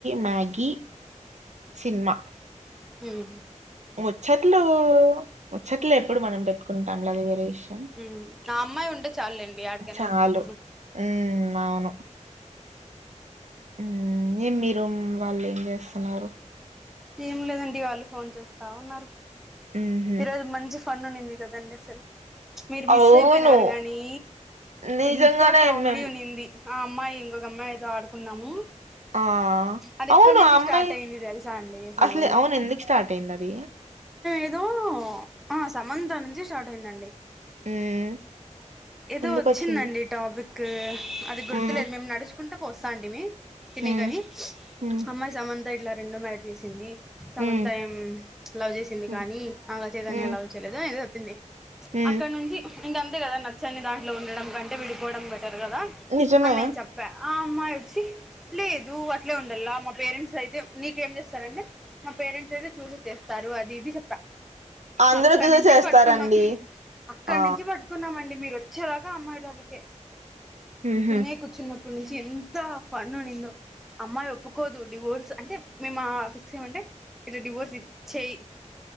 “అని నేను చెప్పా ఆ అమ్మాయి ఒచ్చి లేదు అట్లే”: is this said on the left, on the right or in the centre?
Centre